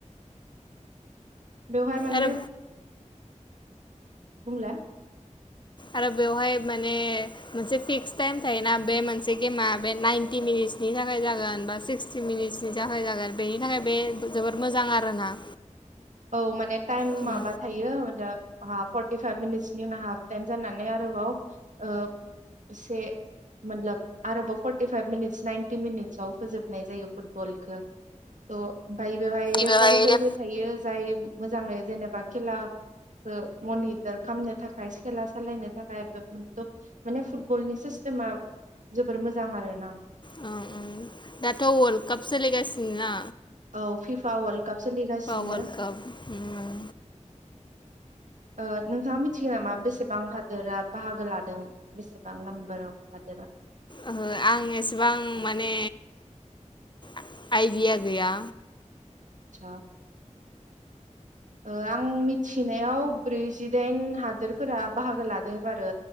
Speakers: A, on the right; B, on the left.
A: बेवहाय माने
B: आरो
A: बुंला
B: आरो बेवहाय माने मोनसे फिक्स टाइम थायोना बे मोनसे गेमा बे नाइनटि मिनिटसनि थाखाय जागोन बा सिक्सटि मिनिटसनि थाखाय जागोन बेनि थाखाय बे जोबोर मोजां आरोना।
A: औ माने टाइम
B: उम
A: माबा थायो <unintelligible> अहा फर्टिफाइभ मिनिट्सनि उनाव हाफ टाइम जानानै आरोबाव ओ एसे मत्लब आरोबाव फर्टिफाइभ मिनिटस नाइनटि मिनिट्सआव फोजोबनाय जायो फुटबलखौ थ' फाय बेवहाय रेफारिफोरबो
B: बेवहाय
A: थायो जाय मोजाङै जेनेबा खेलाखो मनिटार खामनो थाखाय खेला सालायनो थाखाय <inaudible> माने फुटबलनि सिस्तेमा जोबोर मोजां आरोना।
B: ओं ओं दाथ वाल्ड काप सोलि गासिन ना।
A: औ फिफा वल्ड काप सोलिगासिनो।
B: वर्ल्ड काप ओम
A: ओ नोंथाङा मिथिगोन नामा बेसेबां हादोरा बाहागो लादों? बेसेबां नाम्बाराव हादोरा
B: ओहो आं एसेबां माने आ-आइडिया गैया।
A: सा ओ आं मिथिनायाव ब्रैजिदाइन हादोरफोरा बाहागो लादो एबारो